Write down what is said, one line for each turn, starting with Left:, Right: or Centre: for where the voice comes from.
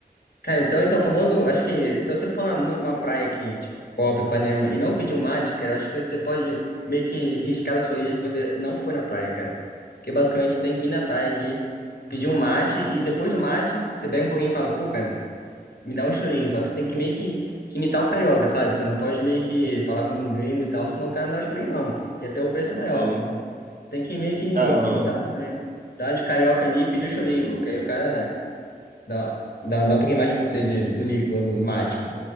Left: Cara, então esse é o famoso. Acho que se você for na, numa praia aqui, tipo Copa, Ipanema, e não pedir um mate, cara, eu acho que você pode meio que riscar da sua lista que você não foi na praia, cara. Porque basicamente tem que ir na praia aqui, pedir um mate, e depois do mate, você bebe um pouquinho e fala, pô, cara, me dá um chorinho. Só que você tem que meio que, que imitar o carioca, sabe? Você não pode meio que falar como um gringo e tal, senão o cara não dá o chorinho, não. E até o preço é maior.
Right: Tem,
Left: Tem que meio que,
Right: caramba,
Left: que dar,
Right: velho.
Left: uma- né? dar uma de carioca ali e pedir o chorinho, porque aí o cara. Dá, dá, dá um pouquinho mais pra você de, do líquido, do, do mate. pô.